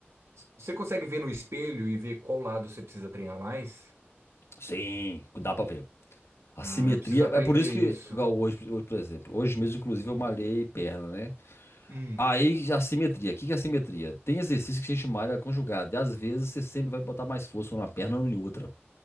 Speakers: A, on the right (about 85°); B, on the left (about 80°).
A: Você consegue ver no espelho e ver qual lado você precisa treinar mais?
B: Sim, dá pra ver. A
A: Ah,
B: simetria,
A: eu preciso aprender
B: é por isso que,
A: isso.
B: igual hoje, hoje, por exemplo, hoje mesmo, inclusive, eu
A: Hum,
B: malhei perna, né?
A: Hum,
B: Aí, assimetria. O que que é assimetria? Tem exercício que a gente chama de área conjugada. E às vezes você sempre vai botar mais força numa perna ou em outra.